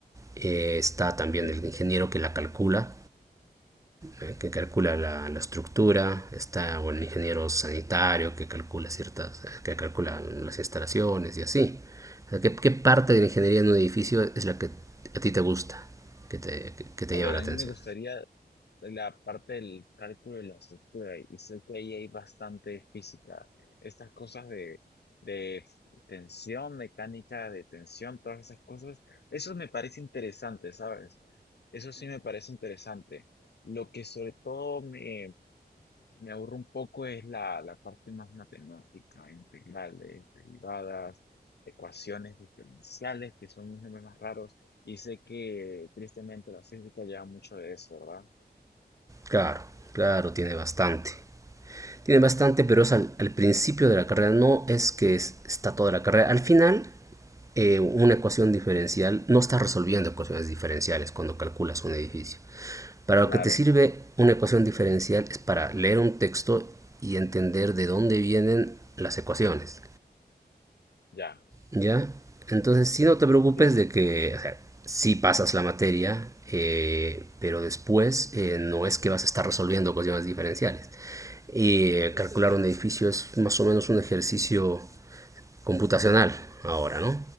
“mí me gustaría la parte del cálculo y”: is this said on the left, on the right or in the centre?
Left